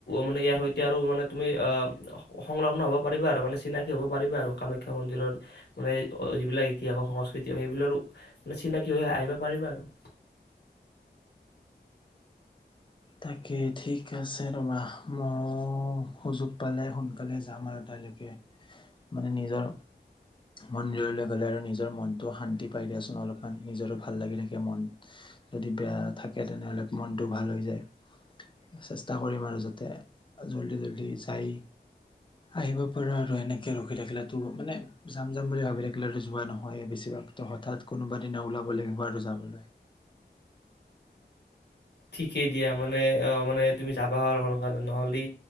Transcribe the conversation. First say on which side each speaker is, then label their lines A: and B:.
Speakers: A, on the left; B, on the left.
A: মানে ইয়াৰ সৈতে আৰু মানে তুমি অ ' সংলগ্ন হব পাৰিবা আৰু মানে চিনাকি হ'ব পাৰিবা আৰু কামাখ্যা মন্দিৰৰ মানে যিবিলাক ইতিহাস সংস্কৃতি সেইবিলাক মানে চিনাকি হৈ আহিব পাৰিবা আৰু।
B: তাকে ঠিক আছে ৰ'বা মই সুযোগ পালে সোনকালে যাম আৰু তালৈকে। মানে নিজৰ মন্দিৰলৈ গলে আৰু নিজৰ মনটো শান্তি পাই দিয়াচোন অলপমান নিজৰো ভাল লাগি থাকে মন। যদি বেয়া থাকে তেনেহ'লে মনটো ভাল হৈ যায়। চেষ্টা কৰিম আৰু যাতে জল্দি জল্দি যাই আহিব পাৰো আৰু এনেকে ৰখি থাকিলো মানে যাম- যাম বুলি ভাবি থাকিলো যোৱা নহয়। বেছিভাগ ত হঠাৎ কোনোবা দিনা ওলাব লাগিব আৰু যাবলৈ।
A: ঠিকেই দিয়া মানে মানে তুমি যাবা আৰু সোনকালে নহ'লে